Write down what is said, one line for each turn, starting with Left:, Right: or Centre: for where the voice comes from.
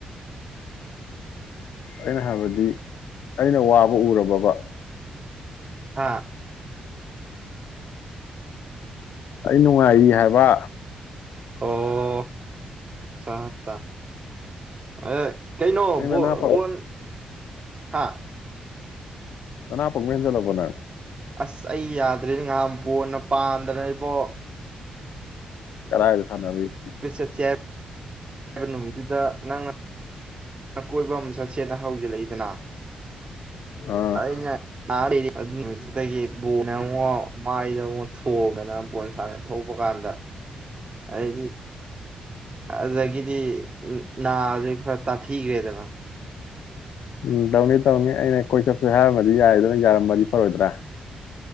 Left: ꯑꯩꯅ ꯍꯥꯏꯕꯗꯤ ꯑꯩꯅ ꯋꯥꯕ ꯎꯔꯕꯣꯕ꯫
Right: ꯍꯥꯥ꯫
Left: ꯑꯩ ꯅꯨꯡꯉꯥꯏꯔꯤ ꯍꯥꯏꯕ꯫
Right: ꯑꯣ ꯆ ꯆ <unintelligible> ꯀꯩꯅꯣ
Left: ꯅꯪ
Right: ꯕꯣ
Left: ꯅꯅꯥ ꯄꯪ
Right: ꯕꯣꯟ ꯍꯥꯥ꯫
Left: ꯅꯥꯅ ꯄꯪꯕ ꯍꯦꯟꯖꯜꯂꯕꯣ ꯅꯪ꯫
Right: ꯑꯁ ꯑꯩ ꯌꯥꯗ꯭ꯔꯦꯅꯦ ꯉꯍꯥꯟ ꯕꯣꯟꯅ ꯄꯥꯟꯗꯅ ꯏꯕꯣ꯫
Left: ꯀꯔꯥꯏꯗ ꯁꯥꯟꯅꯔꯨꯏ꯫
Right: <unintelligible> ꯑꯗꯨꯗ ꯅꯪꯅ ꯑ ꯀꯣꯏꯕ ꯑꯃ ꯆꯠ ꯠꯅ ꯍꯧꯖꯤꯜꯂꯛꯏꯗꯅ
Left: ꯑꯥ
Right: ꯑꯩꯅ ꯑꯗꯨ ꯅꯨꯃꯤꯠꯇꯨꯗꯒꯤ ꯕꯣꯟꯅꯦ ꯑꯃꯨꯛ ꯃꯥꯏꯗ ꯑꯃꯨꯛ ꯊꯣꯡꯗꯅ ꯕꯣꯜ ꯁꯅ ꯊꯄ ꯀꯥꯟꯗ ꯑꯗꯤ ꯑꯗꯨꯒꯗꯤ ꯅ ꯑꯗꯨ ꯁ ꯇ ꯊꯤꯈꯔꯦꯗꯅ
Left: ꯎꯝ ꯇꯧꯅꯤ ꯇꯧꯅꯤ ꯑꯩꯅ ꯀꯣꯏꯆꯞꯁꯦ ꯍꯥꯏꯔꯝꯃꯗꯤ ꯌꯥꯏ ꯑꯗꯨꯅ ꯌꯥꯔꯃꯗꯤ ꯐꯔꯣꯏꯗ꯭ꯔꯥ